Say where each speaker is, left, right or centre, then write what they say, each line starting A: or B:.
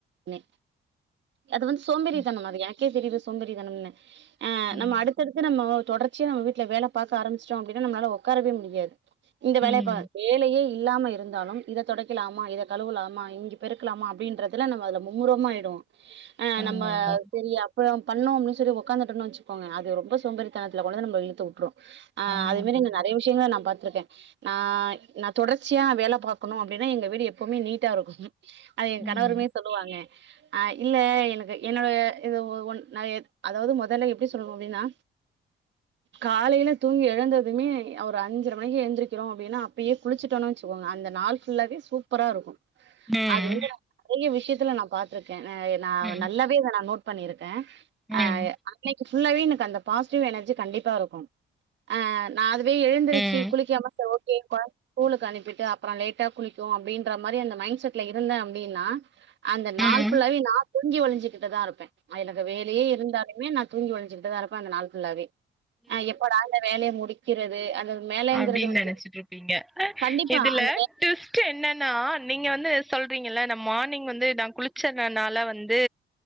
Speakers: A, on the right; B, in the centre.
A: ரு அது வந்து சோம்பேறி
B: ம்.
A: தனம் அது என க்கே தெரியிது சோம்பேறிதனம்னு ஆ
B: ம்.
A: நம்ம அடுத்தடுத்து நம்ம தொடர்ச்சியா நம்ம வீட்ல வேல பாக்க ஆரம்பிச்டோ அப்டின்னா நம்ளால ஒக்காரவே முடியாது இந்த வேலய
B: ம்.
A: பா வேலையே இல்லாம இருந்தாலும் இத தொடக்கலாமா இத கழுவலாமா இங்க பெருக் கலாமா அப்டின்றதுல நம்ம அதுல மும்முரமா ஆயிடுவொ ஆ
B: ஆமாமா.
A: நம்ம செரியா ப்யே <unintelligible> பண்ணோ அப்படின் சொல்லி உடாந்துட்டுன்ன வச்சுோங்க அது ரொம்போ சோம்பத்ரிதனத்தில் கொண்டுவந்துநம இழுத்து விட்டுரும் ஆஹ்
B: ஆமா
A: அது மாதிரி
B: தோழி.
A: இங்கநெரய விஷயங்கள நான் பாத்திருக்கேன் ந நான் தொடர்ச்சியா வேலை பார்கணும் அப்படின்னா எங்க வீடு எப்பவுமே நீட்டா இருக்கும் அது என்
B: ம்.
A: கணவருமே சொல்லுவாங்க ஆஹ் இல்ல எனக்கு என்னோடைய இது ஒ ந அதாவது முதல்ல எப்படி சொல்லுவும் அப்படின்னா காலையில தூங்கி எழுந்ததுமே ஒரு அஞ்சரை மணிக்கு எழுந்திரிக்கிறோம் அப்படின்னா அப்பயே குளிச்சுட்டோம்ன்னு வச்சுக்கோங்க அந்த நாள் ஃபுல்லாவே சூப்பரா இருக்கும்
B: ம்.
A: அது வந்து ந நிறைய விஷயத்த யில்லா நா பாத்திருக்கேன் நான்
B: ம்.
A: நல்லாவ நான் நோட் பண்ணிரு ஆஹ்
B: ம்.
A: அ அன்னைக்கு ஃபுல்லாவவே எனக்கு அந்த பாசிட்டிவ் எனர்ஜி கண்டிப்பா இருக்கும் நான் அதுவே எழுந்தருச்சு
B: ம்.
A: குளிக்காம குழந்தைய ஸ்கூலுக்கு அனுப்பிட்டுப்புறம் லேட்டா குளிக்கும் அப்படின்ற மாதிரி அந்த மைண்ட்செட் யு ல அபடித அபடினா அந்த நாள்
B: ம்.
A: புளாவே நா தூங்கி வழிஞ்ச்சிட்டுதா இருபே எனக்கு வேலையே இருந்தாலு நா தூங்கி வழிஞ்ட்டுதா இருப்பேஅந்த நாள் புளாவே ஆஹ் எப்போடல வேலையை முடி கிறது அந்த வேலைங்கிறது
B: அபடின்னு
A: வந்து
B: நினச்சிட்டுயிரு ருப்பிங்க
A: கண்டிப்பா
B: இதுல
A: அந்த
B: டுவிஸ்ட் என்னனா நீங்க வந்து சொல்றீங்கல்ல நம் மார்னிங் வந்து நான் குளிச்சனால வந்து